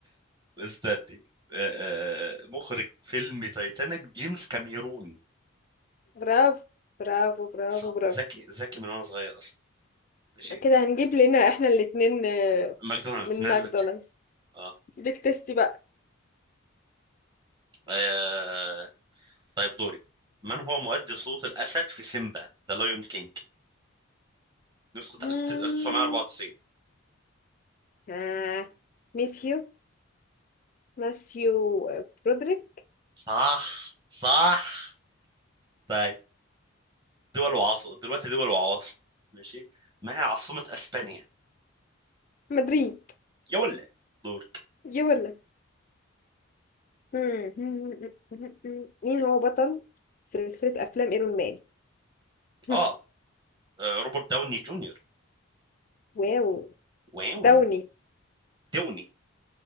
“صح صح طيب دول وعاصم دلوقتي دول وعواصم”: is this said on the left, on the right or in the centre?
Right